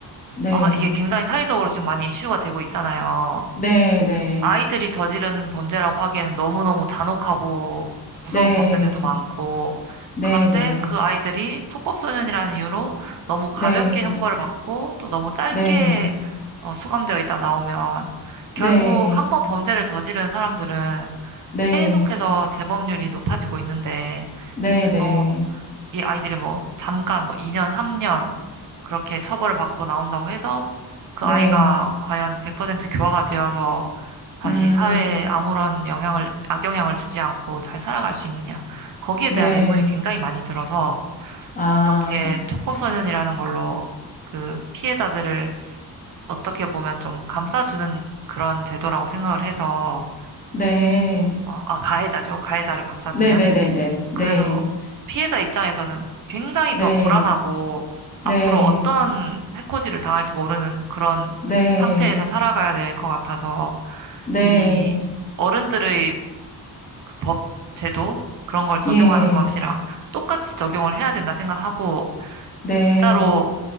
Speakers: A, on the left (about 20°); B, on the right (about 50°).
A: 네,
B: 아, 이게 굉장히 사회적으로 지금 많이 이슈가 되고 있잖아요.
A: 네, 네,
B: 아이들이 저지른 범죄라고 하기에는 너무너무 잔혹하고 무서운
A: 네,
B: 범죄들도 많고,
A: 네,
B: 그런데
A: 네,
B: 그 아이들이 촉법소년이라는 이유로 너무 가볍게
A: 네,
B: 형벌을 받고 또 너무 짧게
A: 네,
B: 어, 수감되어 있다 나오면 결국
A: 네,
B: 한번 범죄를 저지른 사람들은
A: 네,
B: 계속해서 재범률이 높아지고 있는데
A: 네,
B: 이것도
A: 네.
B: 이 아이들이 뭐 잠깐 뭐 2년, 3년 그렇게 처벌을 받고 나온다고 해서 그
A: 네.
B: 아이가 과연 100% 교화가 되어서 다시
A: 음,
B: 사회에 아무런 영향을, 악영향을 주지 않고 잘 살아갈 수 있느냐. 거기에
A: 네.
B: 대한 의문이 굉장히 많이 들어서
A: 아,
B: 이렇게 촉법소년이라는 걸로 그 피해자들을 어떻게 보면 좀 감싸주는 그런 제도라고 생각을 해서,
A: 네.
B: 어, 아, 가해자죠. 가해자를 감싸주는.
A: 네네네네. 네.
B: 그래서 피해자 입장에서는 굉장히
A: 네.
B: 더 불안하고
A: 네.
B: 앞으로 어떤 해코지를 당할지 모르는 그런
A: 네.
B: 상태에서 살아가야 될 것 같아서
A: 네.
B: 이 어른들의 법, 제도 그런 걸 적용하는
A: 예.
B: 것이랑 똑같이 적용을 해야 된다 생각하고
A: 네.
B: 진짜로